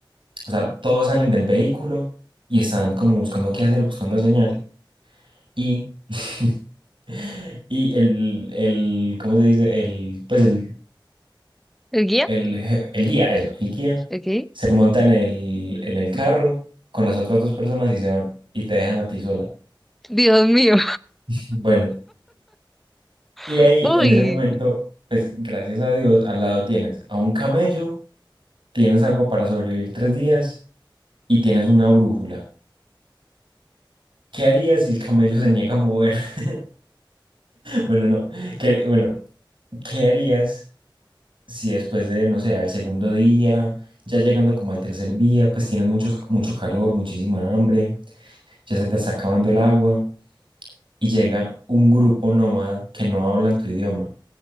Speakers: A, on the right; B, in the centre.
A: o sea, todos salen del vehículo y están como buscando qué hacer, buscando señal. y, <laughs> y el, el, ¿cómo se dice? El, pues el,
B: ¿El guía?
A: el, je- el guía, eso, el guía
B: Ok.
A: se monta en el, en el carro con las otras dos personas y se van y te dejan a ti sola.
B: Dios mío.
A: <laughs> Bueno, y
B: <laughs>
A: ahí
B: Uy.
A: en ese momento, pues gracias a Dios, al lado tienes a un camello, tienes agua para sobrevivir tres días y tienes una brújula. ¿Qué harías si el camello se niega a mover? <laughs> Bueno, no. ¿Qué, bueno, ¿qué harías? si después de, no sé, al segundo día, ya llegando como al tercer día, pues tienes muchos, mucho calor, muchísima hambre, ya se te está acabando el agua y llega un grupo nómada que no hablan tu idioma.